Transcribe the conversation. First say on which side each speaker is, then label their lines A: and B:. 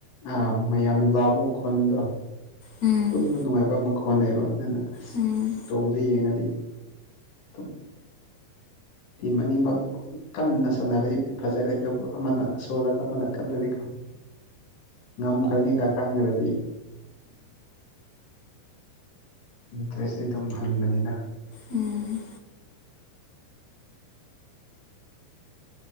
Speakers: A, on the left; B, on the left.
A: ꯑ ꯃꯌꯥꯝꯅ ꯂꯥꯎꯕꯜꯗꯣ
B: ꯎꯝ
A: ꯇꯨꯝꯕ ꯅꯨꯡꯉꯥꯏꯕ ꯃꯈꯣꯟꯅꯦꯕ ꯑꯗꯨꯅ ꯑꯁ
B: ꯎꯝ
A: ꯇꯣꯝꯗ ꯌꯦꯡꯉꯗꯤ ꯇ ꯇ ꯃꯅꯤꯃꯛ ꯀꯟꯅ ꯁꯥꯟꯅꯔ ꯐꯖꯔꯦ ꯑꯗꯨꯕꯨ ꯑꯃꯅ ꯁꯣꯜꯂꯒ ꯑꯃꯅ ꯀꯜꯂꯔꯤꯀꯣ ꯉꯝꯈ꯭ꯔꯅꯤ ꯀꯥ ꯈꯥꯡꯪꯈ꯭ꯔꯗꯤ ꯏꯟꯇ꯭ꯔꯦꯁꯦ ꯇꯜꯃꯅꯤꯗ
B: ꯎꯝ